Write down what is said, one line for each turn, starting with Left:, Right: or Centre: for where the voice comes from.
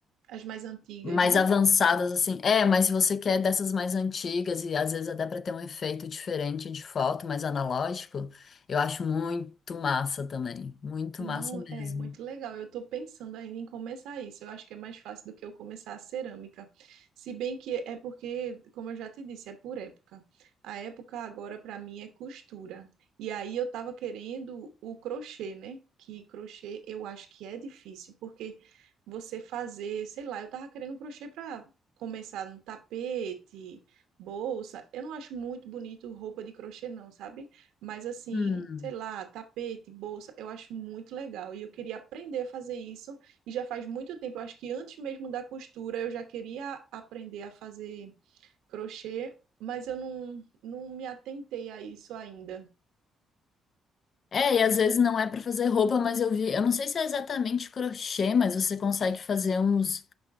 Right: as mais antigas,
Left: mais
Right: né?
Left: avançadas, assim. É, mas se você quer dessas mais antigas e às vezes até para ter um efeito diferente de foto, mais analógico, eu acho muito massa também. Muito
Right: Não,
Left: massa mesmo.
Right: é muito legal. Eu estou pensando ainda em começar isso. Eu acho que é mais fácil do que eu começar a cerâmica. Se bem que é porque, como eu já te disse, é por época. A época agora para mim é costura. E aí eu estava querendo o crochê, né? Que crochê eu acho que é difícil, porque você fazer, sei lá, eu estava querendo um crochê para começar no tapete, bolsa. Eu não acho muito bonito roupa de crochê, não, sabe? Mas assim,
Left: Hum.
Right: sei lá, tapete, bolsa, eu acho muito legal. E eu queria aprender a fazer isso. E já faz muito tempo, eu acho que antes mesmo da costura, eu já queria aprender a fazer crochê, mas eu não, não me atentei a isso ainda.
Left: É, e às vezes não é para fazer roupa, mas eu vi, eu não sei se é exatamente crochê, mas você consegue fazer uns,